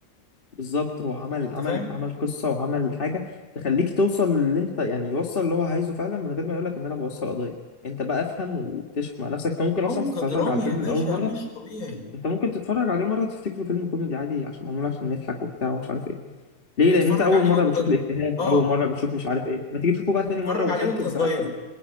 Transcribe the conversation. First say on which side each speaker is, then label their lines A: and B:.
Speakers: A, on the left; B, on the left.
A: بالظبط هو عمل
B: انت
A: عمل
B: فاهم
A: عمل قصة وعمل حاجة تخليك توصل للي انت يعني يوصل اللي هو عايزه فعلا من غير ما يقولك ان انا بوصل قضية انت بقى افهم واكتشف مع نفسك انت ممكن اصلا
B: عمق
A: تتفرج
B: درامي
A: على الفيلم
B: يا باشا
A: لاول مرة
B: مش طبيعي
A: انت ممكن تتفرج عليه مره تفتكره فيلم كوميدي عادي عشان معمول عشان نضحك وبتاع ومش عارف ايه ليه
B: اتفرج
A: لان انت اول
B: عليه
A: مره
B: وانت
A: بتشوف الافيهات
B: اه
A: اول مره بتشوف مش عارف ايه ما تيجي تشوفه بقى تاني مره
B: اتفرج
A: وتركز
B: عليه وانت صغير
A: بقى في ال...